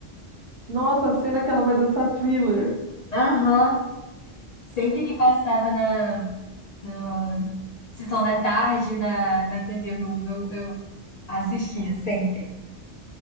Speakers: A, on the right; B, on the left.
A: Nossa, a cena que ela vai dançar Thriller.
B: Aham. Sempre que passava na na Sessão da Tarde na, na TV Globo, eu, eu assistia, sempre.